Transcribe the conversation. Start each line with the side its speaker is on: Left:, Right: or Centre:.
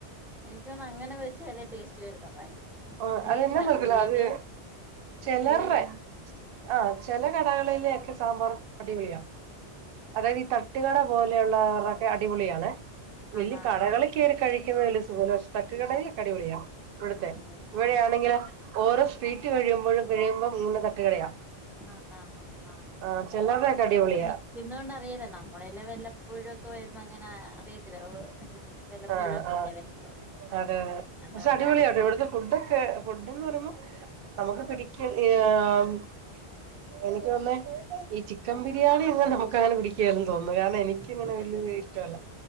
Centre: എനിക്കോന്നു അങ്ങനെ വെച്ച ല്ല ടേസ്റ്റ് <unintelligible>
Right: ആ
Centre: അത്
Right: അതെന്ന
Centre: ഈ മല്ലിയെല
Right: നോക്കീല അത് ചിലർടെ
Centre: എല്ലാം ഇടുന്ന
Right: ആ ചെല കടകളിലെ ഒക്കെ സാമ്പാർ അടിപൊളിയാണ് അതായത് ഈ തട്ടുകട പോലെയുള്ള അതോക്കെ അടിപൊളിയാണ് വലിയ
Centre: ആഹ് ആഹ്
Right: കടകളൊക്കേറി
Centre: ആഹ്
Right: കഴിക്കുന്നത് വലിയ സുഖല്ല ശേ തട്ടു കടയിലൊക്കെ അടിപൊളിയാ ഇവിടുത്തെ
Centre: ആഹ്
Right: ഇവിടെയാണെങ്കില്
Centre: ആഹ്
Right: ഓരോ സ്ട്രീറ്റ് കഴിയുമ്പോഴും കഴിയുമ്പോ ഇങ്ങനെ തട്ടുകടയാ
Centre: ആഹ ആഹ് ആഹ്
Right: ആ ചിലരുടെയൊക്കെ
Centre: ആ
Right: അടിപൊളിയാ
Centre: അവിടെ നിക്കുന്നോണ്ട് അറിയലോ നമ്മളെല്ലാം വല്ലപ്പോഴും ഒക്കെ വരുമ്പോ അങ്ങനെ അറിയത്തില്ല വല്ലപ്പോഴും
Right: ആഹ്
Centre: ഒക്കെല്ലേ
Right: ആഹ്
Centre: വരത്തോളൂ
Right: അതെ അതെ
Centre: അതുകൊണ്ട്
Right: പക്ഷെ അടിപൊളിയട്ടോ
Centre: അറിയത്തില്ല
Right: ഇവിടുത്തെ ഫുഡൊക്കെ ഫുഡ്ഡ്ന്ന്പറയുമ്പോ നമുക്ക്പിടിക്ക <unintelligible> എനിക്ക്ഒന്നേ ഈചിക്കൻ ബിരിയാണി എങ്ങനെ നമുക്ക്ങ്ങനെ പിടിക്കിയാലാന്ന്തോന്നു കാരണംഎനിക്ക്ങ്ങനെ
Centre: അതൊക്കെ
Right: വലിയഇഷ്ടല്ല
Centre: തന്നെ